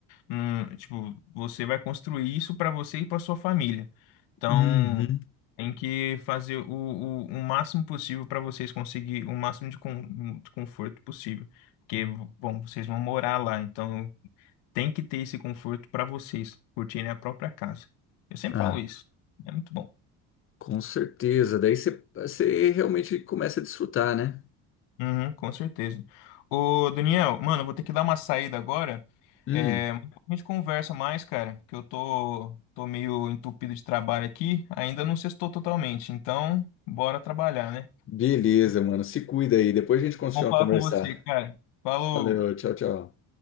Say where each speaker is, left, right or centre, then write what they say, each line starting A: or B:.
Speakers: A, on the left; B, on the left.
A: hum, tipo, você vai construir isso para você e para sua família. Então,
B: Uhum.
A: tem que fazer o, o, o máximo possível para vocês conseguir o máximo de, con- de conforto possível. Porque, bom, vocês vão morar lá, então tem que ter esse conforto para vocês curtirem a própria casa. Eu sempre
B: Ah,
A: falo isso. É muito bom.
B: Com certeza. Daí você você realmente começa a desfrutar, né?
A: Uhum, com certeza. Ô, Daniel, mano, eu vou ter que dar uma saída agora.
B: Hum,
A: É, mas a gente conversa mais, cara, que eu tô, tô meio entupido de trabalho aqui. Ainda não sextou totalmente. Então, bora trabalhar, né?
B: beleza, mano. Se cuida aí. Depois a gente continua
A: Vamos falar
B: a conversar.
A: com você, cara. Falou!
B: Valeu, tchau, tchau.